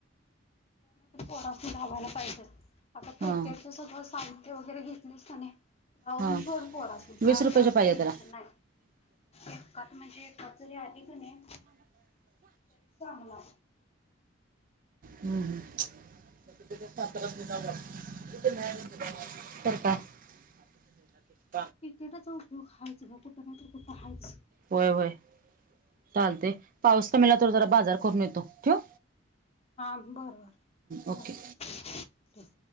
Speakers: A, on the left; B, on the right.
A: त्यामध्ये पोरास लावायला पाहिजेच आता
B: हा
A: क्रिकेटचे सगळं साहित्य वगैरे घेतलीस का नाही लावून
B: हा
A: सोड पोरासी
B: वीस
A: काय
B: रुपयाचे
A: तेवढ्या
B: पाहिजे
A: टेन्शन
B: त्याला
A: नाय. एकात म्हणजे एखाद जरी आली क नाही तरी चांगला.
B: हम्म हम्म. तिथं ते सातार्यात नीजागाव <unintelligible> करता. <inaudible>
A: क्रिकेटाचा उपयोग हायच भाऊ कुठं नाही तर कुठं आहेच.
B: व्हय व्हय. चालते पाऊस कमीला तर जरा बाजार करून येतो ठेऊ?
A: हा बरं बरं
B: ओके
A: चालेल ठेव.